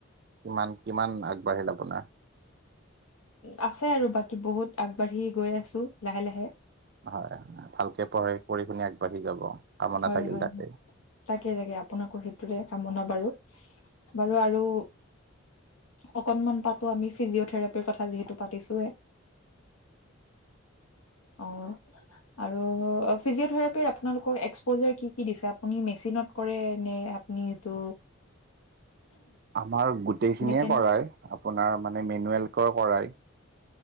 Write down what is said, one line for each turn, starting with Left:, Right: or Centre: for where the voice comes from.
Right: কিমান কিমান বাঢ়িল আপোনাৰ
Left: আছে আৰু বাকী বহুত আগবাঢ়ি গৈ আছো লাহে লাহে
Right: হয় ভালকে পঢ়াই পঢ়ি পিনে আগবাঢ়ি যাব কামনা
Left: হয়
Right: থাকিল
Left: হয়
Right: তাকেই
Left: হয় তাকে তাকে আপোনাকো সেইটোৰে কামনা বাৰু আৰু অকনমান তাতো আমি ফিজিঅথেৰাপিৰ কথা যিহেতু পাতিছোৱে অ আৰু ফিজিঅ থেৰাপিৰ আপোনালোক কি কি দিছে আপুনি মেচিনত কৰে নে আপুনি সেটো
Right: আমাৰ গোটেইখিনিয়ে
Left: কেনে
Right: কৰায় আপোনাৰ মানে মেনুৱেলকৈ কৰায়